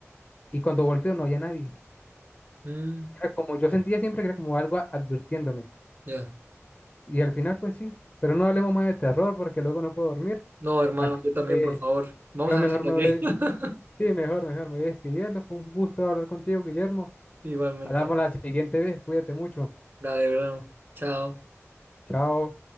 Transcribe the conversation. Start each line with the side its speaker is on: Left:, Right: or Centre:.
Left: Y cuando volteo no había nadie.
Right: Mm,
Left: Era como yo sentía siempre que era como algo a- advirtiéndome.
Right: ya.
Left: Y al final, pues sí, pero no hablemos más de terror porque luego no puedo dormir.
Right: No, hermano,
Left: Así
Right: yo también,
Left: que
Right: por favor. Vamos
Left: yo
Right: a
Left: mejor
Right: dejarlo
Left: me
Right: aquí.
Left: voy,
Right: <laughs>
Left: sí, mejor, mejor, me voy despidiendo. Fue un gusto hablar contigo, Guillermo.
Right: Igualmente.
Left: Hablamos la siguiente vez, cuídate mucho.
Right: Dale, bro. Chao.
Left: Chao.